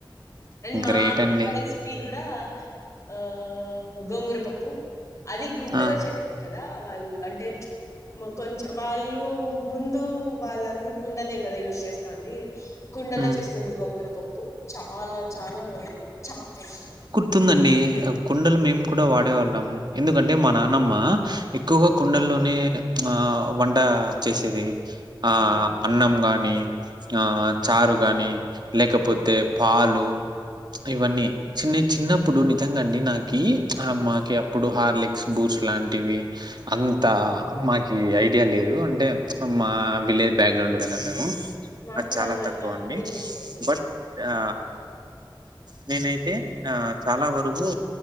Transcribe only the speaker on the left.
అండ్ మా
అమ్మమ్మ
రెస్పీ గూడా ఆ గోంగూర పప్పు అది కుండలో
చేస్ <inaudible> కదా వాళ్ళు అంటే మొ కొంచెం వాళ్ళు ముందు వాళ్ళందరు కుండలే కదా యూస్ చేస్తాంది కుండల
చేస్తుంది గోంగుర పప్పు చాలా చాలా బాగుంటది నాకు చాన ఇష్టం
హ్మ్.
హ్మ్.
హ్మ్.
నాకు
కూడా
అలవా
ఐడియా
లేదండి